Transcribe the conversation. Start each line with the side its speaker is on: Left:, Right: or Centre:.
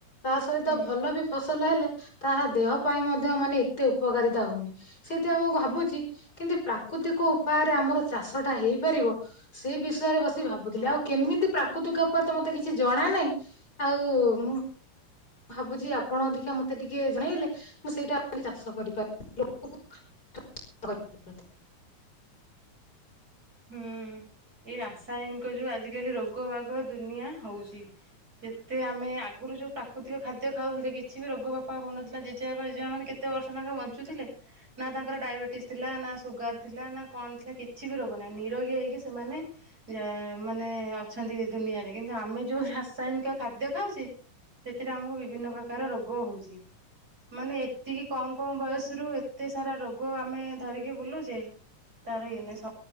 Left: ତାସହିତ
Right: ହୁଁ
Left: ଭଲବି ଫସଲ ହେଲେ ତାହା ଦେହ ପାଇଁ ମଧ୍ୟ ମାନେ ଏତେ ଉପକାରିତା ହଉନି ସେଇଥିପାଇଁ ମୁଁ ଭାବୁଚି କେମିତି ପ୍ରାକୃତିକ ଉପାୟରେ ଆମର ଚାଷଟା ହେଇପାରିବ ସେଇ ବିଷୟରେ ବ ଭାବୁଥିଲି
Right: ହୁଁ
Left: ଆଉ କେମିତି ପ୍ରାକୃତିକ ଉପରେତ ମତେ କିଛି ଜଣା ନାହିଁ ଆଉଁ ଭାବୁଚି ଆପଣ ଅଧିକା ମତେ ଟିକେ ଜଣେଇଲେ ମୁଁ ସେଇଟା ଚାଷ କରିପାରି <unintelligible> <unintelligible>
Right: ହୁଁ ଏଇ ରାସାୟନିକ ଯୋଉ ଆଜିିକାଲି ରୋଗ ବାଗ ଦୁନିଆ ହଉଚି। ଯେତେ ଆମେ ଆଗରୁ ଯୋଉ ପ୍ରାକୃତିକ ଖାଦ୍ୟ ଖାଉଥିଲେ କିଛିବି ରୋଗ ବାପା ହଉନଥିଲା ଜେଜେବାପା ଜେଜେମା ମାନେ କେ କେତେ ବର୍ଷ ନେଖା ବଞ୍ଚୁଥିଲେ ନାତାଙ୍କର ଡାଇବେଟିସ ଥିଲା ନାସୁଗାର ଥିଲା ନାକଣ ଥିଲା କିଛିବି ରୋ ମାନେ ନିରୋଗୀ ହେଇକି ସେମାନେ ଯ ମାନେ ଅଛନ୍ତି ଦୁନିଆରେ କିନ୍ତୁ ଆମେ ଯୋଉ ରାସାୟନିକ ଖାଦ୍ୟ ଖାଉଚେ ସେଥିରେ ଆମକୁ ବିଭିନ୍ନ ପ୍ରକାର ରୋଗ ହେଉଚି। ମାନେ ଏତିକି କମ୍ କମ୍ ବୟସରୁ ଏତେ ସାରା ରୋଗ ଆମେ ଧରିକି ବୁଲୁଚେ ତାର ଏନ-